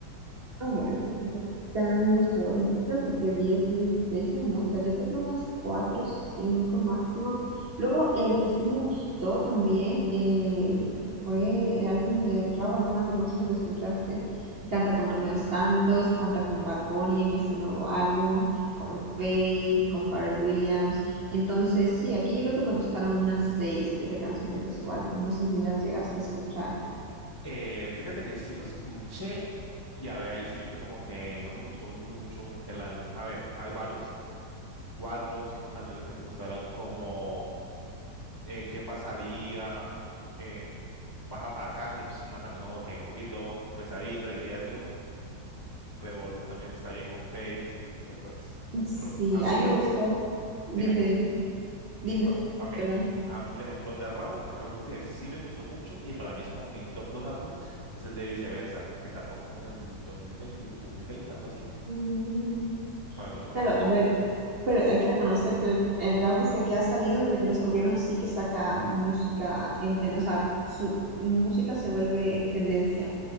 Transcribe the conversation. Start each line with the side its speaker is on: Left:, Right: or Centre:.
Right: Ah, bueno, pues entonces te han gustado muchas, porque 10 de 16 son muchas. Yo creo que unas 4, 5 máximo. Luego, el que sí me gustó también eh, fue el álbum de Rauw Alejandro, no sé si lo escuchaste, que canta con Romeo Santos, canta con Bad Bunny en este nuevo álbum, con Faith, con Pharrell Williams. Entonces, sí, aquí yo creo que me gustaron unas 6, 7 canciones de su álbum. No sé si las llegaste a escuchar.
Left: Eh, fíjate que sí lo escuché y a ver, ahí sí me fue como que no me gustó mucho el álbum. A ver, hay varias, cuatro o cinco canciones que me gustaron como eh, ¿qué pasaría? em, Baja para acá, que es pues, una canción como que un poquito pesadita, diría yo. Revolu también está bien con Fate, así que pues,
Right: Sí,
Left: a mí,
Right: a mí me
Left: eh,
Right: gustó. Dime,
Left: dime,
Right: dime. Dime,
Left: Ah, ok,
Right: perdón.
Left: eh, a mí por ejemplo, de Raw, el álbum que sí me gustó mucho y para mí es como mi top dos álbums, es el de Viceversa, que sacó como en el dos dos mil veintiuno dos mil veinte algo así,
Right: Mm,
Left: para mí es una
Right: claro,
Left: locura.
Right: a ver, pero hay que reconocer que el, el Raw desde que ha salido, desde que lo descubrieron, sí que saca música, en ten- o sea, su música se vuelve tendencia